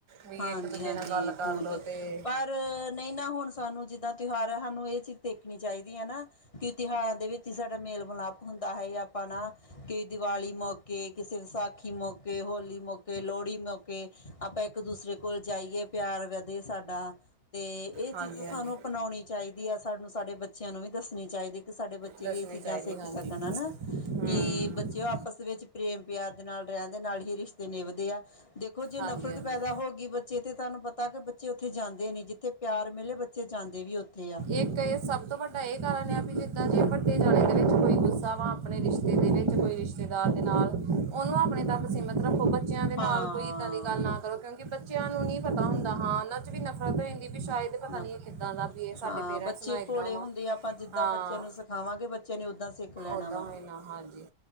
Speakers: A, on the right (about 45°); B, on the left (about 30°).
A: ਵੀ,
B: ਹਾਂਜੀ
A: ਇੱਕ ਦੂਜੇ
B: ਹਾਂਜੀ
A: ਨਾਲ ਗੱਲ ਕਰ
B: ਫੋਨ
A: ਲਓ
B: ਤੇ
A: ਅਤੇ
B: ਪਰ ਨਹੀਂ ਨਾ ਹੁਣ ਸਾਨੂੰ ਜਿੱਦਾਂ ਤਿਉਹਾਰ ਹੈ, ਸਾਨੂੰ ਇਹ ਚੀਜ਼ ਦੇਖਣੀ ਚਾਹੀਦੀ ਹੈ ਨਾ ਕਿ ਤਿਉਹਾਰਾਂ ਦੇ ਵਿੱਚ ਹੀ ਸਾਡਾ ਮੇਲ ਮਿਲਾਪ ਹੁੰਦਾ ਹੈ ਆਪਾਂ ਨਾ ਕਈ ਦੀਵਾਲੀ ਮੌਕੇ, ਕਿਸੇ ਵਿਸਾਖੀ ਮੌਕੇ, ਹੋਲੀ ਮੌਕੇ, ਲੋਹੜੀ ਮੌਕੇ ਕੇ ਆਪਾਂ ਇੱਕ ਦੂਸਰੇ ਕੋਲ ਜਾਈਏ, ਪਿਆਰ ਵਧੇ ਸਾਡਾ ਤੇ ਇਹ
A: ਹਾਂਜੀ
B: ਚੀਜ਼
A: ਹਾਂਜੀ
B: ਸਾਨੂੰ ਅਪਣਾਉਣੀ ਚਾਹੀਦੀ ਆ, ਸਾਨੂੰ ਸਾਡੇ ਬੱਚਿਆਂ ਨੂੰ ਵੀ ਦੱਸਣੀ ਚਾਹੀਦੀ। ਕਿ ਸਾਡੇ ਬੱਚੇ
A: ਦੱਸਣੀ
B: ਵੀ ਇਹ ਚੀਜ਼ਾਂ
A: ਚਾਹੀਦੀ
B: ਸਿੱਖ
A: ਹਾਂਜੀ
B: ਸਕਣ ਹਨਾ,
A: ਹੂੰ
B: ਕਿ ਬ ਬੱਚੇ ਦੇ ਆਪਸ ਵਿੱਚ ਪ੍ਰੇਮ ਪਿਆਰ ਦੇ ਨਾਲ ਰਹਿਣ ਦੇ ਨਾਲ ਹੀ ਰਿਸ਼ਤੇ ਨਿਭਦੇ ਆ, ਦੇਖੋ ਜੇ
A: ਹਾਂਜੀ
B: ਨਫ਼ਰਤ
A: ਹਾਂਜੀ
B: ਤਾਂ ਹੋ ਗਈ ਬੱਚੇ ਤੇ ਤੁਹਾਨੂੰ ਪਤਾ ਕਿ ਬੱਚੇ ਉੱਥੇ ਜਾਂਦੇ ਨਹੀਂ, ਜਿੱਥੇ ਪਿਆਰ ਮਿਲੇ ਬੱਚੇ ਜਾਂਦੇ ਵੀ ਉੱਥੇ ਆ <inaudible>
A: ਇੱਕ ਇਹ ਸਭ ਤੋਂ ਵੱਡਾ ਇਹ ਕਾਰਨ ਆ ਵੀ ਜਿੱਦਾਂ ਜੇ ਵੱਡੇ ਜਾਣੇ ਦੇ ਵਿੱਚ ਕੋਈ ਗੁੱਸਾ ਵਾ, ਆਪਣੇ ਰਿਸ਼ਤੇ ਦੇ ਵਿੱਚ ਕੋਈ ਰਿਸ਼ਤੇ ਰਿਸ਼ਤੇਦਾਰ ਦੇ ਨਾਲ ਉਹਨੂੰ ਆਪਣੇ ਤੱਕ ਸੀਮਿਤ ਰੱਖੋ, ਬੱਚਿਆਂ ਦੇ ਨਾਲ
B: ਹਾਂ
A: ਕੋਈ ਇੱਦਾਂ ਦੀ ਗੱਲ ਨਾ ਕਰੋ, ਕਿਉਂਕਿ ਬੱਚਿਆਂ ਨੂੰ ਨਹੀਂ ਪਤਾ ਹੁੰਦਾ ਹਾਂ ਉਹਨਾਂ ' ਵੀ ਨਫ਼ਰਤ ਹੋ ਜਾਂਦੀ ਵੀ ਸ਼ਾਇਦ ਪਤਾ
B: ਨਾ
A: ਨਹੀ ਕਿਦਾਂ ਦਾ ਵੀ ਇਹ ਸਾਡੇ
B: ਹਾਂ,
A: ਪੇਰੈਂਟਸ
B: ਬੱਚੇ
A: ਨਾਲ ਇਦਾਂ
B: ਭੋਲੇ
A: ਵਾ
B: ਹੁੰਦੇ ਆ ਆਪਾਂ ਜਿੱਦਾਂ
A: ਹਾਂ
B: ਬੱਚਿਆਂ ਨੂੰ ਸਿਖਾਵਾਂਗੇ ਬੱਚਿਆਂ ਨੇ ਓਦਾਂ ਸਿੱਖ ਲੈਣਾ
A: ਉਦਾਂ
B: ਵਾ।
A: ਹੋਏ ਹਾਂਜੀ